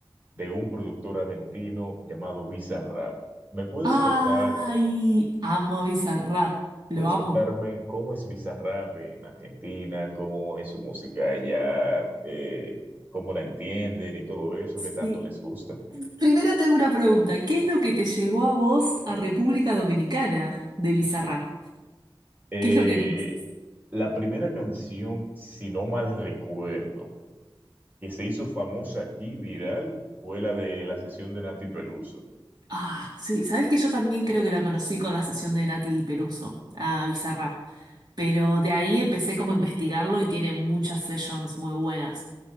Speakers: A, on the right; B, on the right.
A: de un productor argentino llamado Bizarrap. ¿Me puedes
B: Ay,
A: contar,
B: amo a Bizarrap, lo
A: puedes
B: amo.
A: contarme cómo es Bizarrap en Argentina, cómo es su música allá, eh, cómo la entienden y todo eso, qué tanto
B: Sí.
A: les gusta?
B: Primero te hago una pregunta. ¿Qué es lo que te llegó a vos a República Dominicana de Bizarrap?
A: Eh,
B: ¿Qué es lo que conoces?
A: la primera canción, si no mal recuerdo. que se hizo famosa aquí, viral, fue la de la sesión de Nancy Peluso.
B: Ah, sí, sabes que yo también creo que la conocí con la sesión de Nati Peluso a Bizarrap. Pero de ahí empecé como a investigarlo y tiene muchas sessions muy buenas.